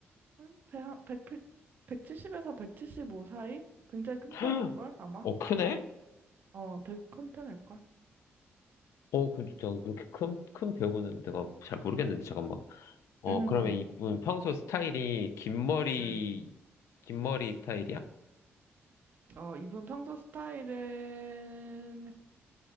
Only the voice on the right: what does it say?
음, 배, 한- 1 0백칠7 0에서 175 사이? 굉장히 큰
편일걸, 아마?
음. 어, 되게 큰 편일걸.
<laughs>
음.
어, 이분 평소 스타일은,